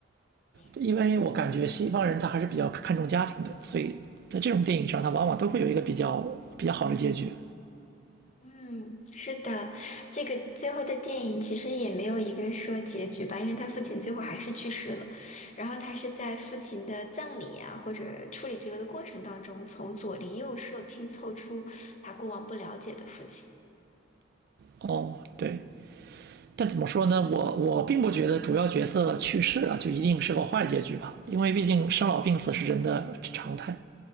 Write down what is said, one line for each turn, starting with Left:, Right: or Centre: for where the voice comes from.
Left: 对
Right: 因为我感觉西方人他还是比较看重家庭的，所以在这种电影上，他往往都会有一个比较比较好的结局。
Left: 嗯，是的，这个最后的电影其实也没有一个说结局吧，因为他父亲最后还是去世了。然后他是在父亲的葬礼啊，或者处理这个的过程当中，从左邻右舍拼凑出他过往不了解的父亲，
Right: 哦，对，但怎么说呢？我我并不觉得主要角色去世了就一定是个坏结局吧，因为毕竟生老病死是人的常态。